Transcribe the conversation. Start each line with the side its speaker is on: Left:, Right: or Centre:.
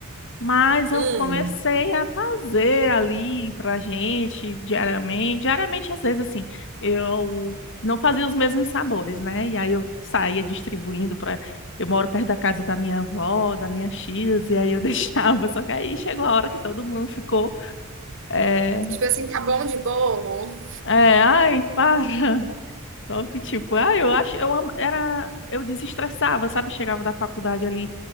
Left: Mas eu
Right: Hum,
Left: comecei a fazer ali pra gente diariamente. Diariamente, às vezes, assim, eu não fazia os mesmos sabores, né? E aí eu saía distribuindo para. Eu moro perto da casa da minha avó, da minha X, e aí eu <laughs> deixava. Só que aí chegou a hora que todo mundo ficou. É,
Right: tipo assim, tá bom de bolo?
Left: é, ai, para. Só que, tipo, ah, eu acho, eu am- era, eu desestressava, sabe? Chegava da faculdade ali